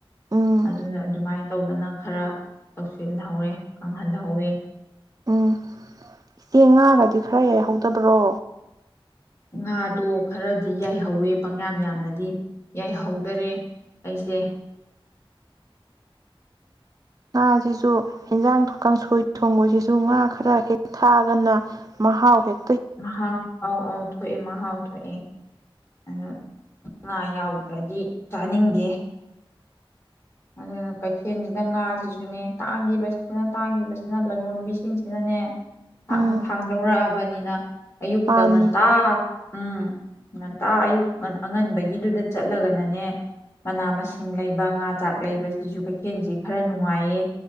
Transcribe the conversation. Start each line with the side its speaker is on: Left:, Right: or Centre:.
Right: ꯎꯝ
Left: ꯑꯗꯨꯅ ꯑꯗꯨꯃꯥꯏꯅ ꯇꯧꯗꯅ ꯈꯔ ꯇꯧꯁꯤꯜꯍꯧꯋꯦ ꯀꯪꯍꯟꯍꯧꯋꯦ
Right: ꯎꯝ ꯏꯆꯦ ꯉꯥꯒꯗꯤ ꯈꯔ ꯌꯥꯏꯍꯧꯗꯕ꯭ꯔꯣ꯫
Left: ꯉꯥꯗꯣ ꯈꯔꯗꯤ ꯌꯥꯏꯍꯧꯋꯦ ꯄꯪꯌꯥꯝ ꯌꯥꯝꯅꯗꯤ ꯌꯥꯏꯍꯧꯗꯔꯦ ꯑꯩꯁꯦ꯫
Right: ꯉꯥꯁꯤꯁꯨ ꯍꯟꯖꯥꯡ ꯀꯥꯡꯁꯣꯏ ꯊꯣꯡꯕꯁꯤꯁꯨ ꯉꯥ ꯈꯔ ꯍꯦꯛ ꯊꯥꯛꯑꯒꯅ ꯃꯍꯥꯎ ꯍꯦꯛ
Left: ꯃꯍ ꯑꯥꯎ ꯑꯥꯎ ꯊꯣꯛꯣꯏꯑꯦ ꯃꯍꯥꯎ ꯄꯥꯡꯊꯣꯛꯑꯦ ꯑꯗꯨ ꯉꯥ ꯌꯥꯎꯗ꯭ꯔꯗꯤ ꯆꯥꯅꯤꯡꯗꯦ ꯑꯗꯨꯅ ꯀꯩꯊꯦꯜꯁꯤꯗ ꯉꯥꯁꯤꯁꯨꯅꯦ ꯇꯥꯡꯈꯤꯕꯁꯤꯅ ꯇꯥꯡꯈꯤꯕꯁꯤꯅ ꯂꯂꯣꯟꯕꯤꯁꯤꯡꯁꯤꯅꯅꯦ ꯊꯥꯛ
Right: ꯎꯝ
Left: ꯃꯊꯥꯡ ꯂꯧꯔꯛꯑꯕꯅꯤꯅ ꯑꯌꯨꯛꯇ
Right: ꯃꯥꯅꯤ
Left: ꯉꯟꯇꯥ ꯎꯝ ꯉꯟꯇꯥ ꯑꯌꯨꯛ ꯑꯉꯟꯕꯒꯤꯗꯨꯗ ꯆꯠꯂꯒꯅꯅꯦ ꯃꯅꯥ ꯃꯁꯤꯡ ꯂꯩꯕ ꯉꯥ ꯆꯥꯛ ꯂꯩꯕꯁꯤꯁꯨ ꯀꯩꯊꯦꯜꯁꯤ ꯈꯔ ꯅꯨꯡꯉꯥꯏꯌꯦ